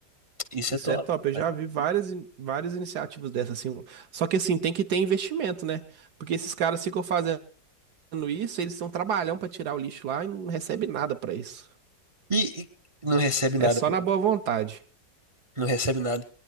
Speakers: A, on the right; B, on the right.
A: Isso
B: Isso
A: é top,
B: é top. Eu
A: cara.
B: já vi várias, in- várias iniciativas dessas, assim. um, Só que, assim, tem que ter investimento, né? Porque esses caras ficam fazendo isso, eles têm um trabalhão pra tirar o lixo lá e não recebe nada pra isso.
A: E, e não recebe nada
B: É só
A: pra
B: na
A: ele.
B: boa vontade.
A: Não recebe nada.